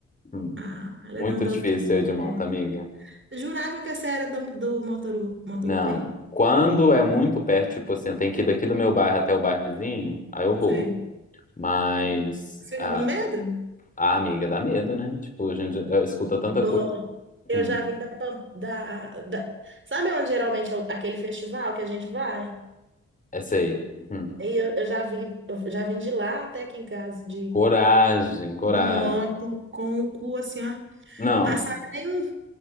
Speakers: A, on the left (about 25°); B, on the right (about 40°).
A: Hum.
B: Ah, ela
A: muito
B: é dondoquinha,
A: difícil eu ir de
B: né?
A: moto, amiga.
B: Jurava que você era do, do motor, motor
A: Não,
B: Uber.
A: quando é muito perto, tipo assim, eu tenho que ir daqui do meu bairro até o bairro vizinho, aí eu vou.
B: Sei.
A: Mas
B: Você
A: a,
B: fica com medo?
A: a amiga dá medo, né? Tipo, a gente eh, escuta tanta
B: Bom,
A: coisa.
B: eu
A: Hum,
B: já vim da, Pam- da, da- Sabe onde geralmente é o- aquele festival que a gente vai?
A: essa aí. Hum.
B: E eu, eu já vi, eu já vim de lá até aqui em casa de.
A: Coragem, coragem.
B: De moto, com o cu assim, ó.
A: Não,
B: Passava nem um.